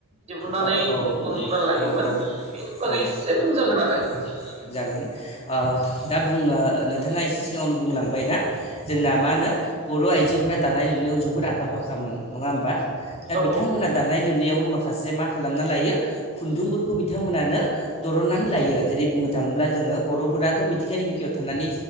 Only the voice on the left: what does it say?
औ
औ
औ
औ जागोन ओ दा बुंनो नोंथाङा एसे सिगाङावनो बुंलांबाय ना जोंना मा होनो बर' आइजोफोरा दानाय लुनायाव जोबोद आखा फाखामोन नङा होमबा दा
बिथांमोना दानायनाय लुनायाव माखासे मा खालामना लायो खुन्दुंफोरखौ बिथांमोनानो दननानै लायो जेरै बुं थाङोब्ला जोङो बर'फोराथ' खानि बिखायाव थानानै